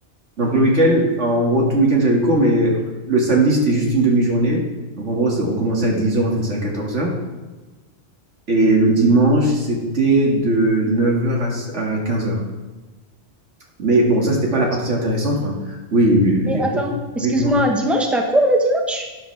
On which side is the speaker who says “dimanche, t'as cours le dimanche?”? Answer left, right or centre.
Centre